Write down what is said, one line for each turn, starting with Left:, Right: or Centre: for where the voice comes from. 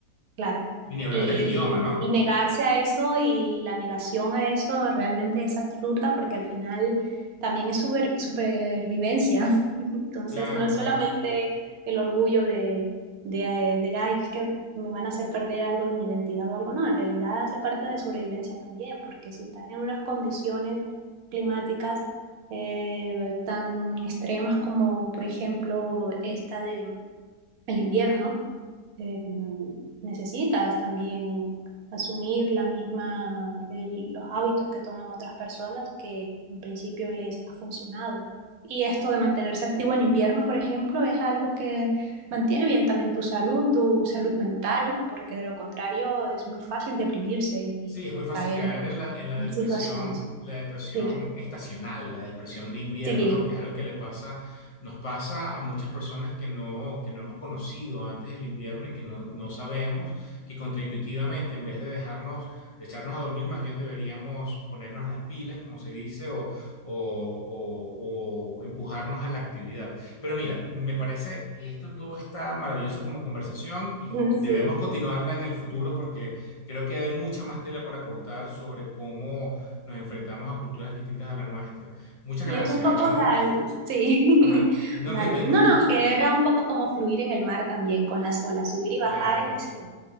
Right: Claro.
Left: Y ni hablar
Right: Y,
Left: del idioma, ¿no?
Right: y negarse a eso y la negación a eso realmente es absurda porque al final también es super- supervivencia. <laughs> Entonces,
Left: Claro,
Right: no es solamente
Left: claro.
Right: el orgullo de, de, eh, de, "Ay, es que me van a hacer perder algo de mi identidad o algo. No, en realidad hace parte de sobrevivencia también, porque si estás en unas condiciones climáticas eh, tan extremas como, por ejemplo, esta de el invierno, eh, necesitas también asumir la misma, el- los hábitos que toman otras personas que en principio les ha funcionado. Y esto de mantenerse activo en invierno, por ejemplo, es algo que mantiene bien también tu salud, tu salud mental, porque de lo contrario es muy fácil deprimirse y,
Left: Sí,
Right: y
Left: es muy fácil
Right: caer
Left: caer
Right: en,
Left: en la, en la
Right: en
Left: depresión,
Right: situaciones.
Left: la depresión
Right: Sí,
Left: estacional, la depresión de invierno,
Right: sí,
Left: ¿no? Que es algo que le pasa, nos pasa a muchas personas que no, que no hemos conocido antes del invierno y que no, no sabemos, que contraintuitivamente, en vez de dejarnos, de echarnos a dormir, más bien deberíamos ponernos las pilas, como se dice, o, o, o- o empujarnos a la actividad. Pero mira, me parece que esto todo está maravilloso como conversación y
Right: <laughs>
Left: debemos
Right: sí.
Left: continuarla en el futuro porque Creo que hay mucha más tela para cortar sobre cómo nos enfrentamos a culturas distintas a la nuestra. Muchas
Right: Y
Left: gracias.
Right: es un poco
Left: Hablamos.
Right: la, sí,
Left: Ajá.
Right: <laughs>
Left: No,
Right: vale.
Left: no, dime, dime.
Right: No, no, que era un poco como fluir en el mar también con las olas, subir y bajar
Left: Claro,
Right: en ese tiempo.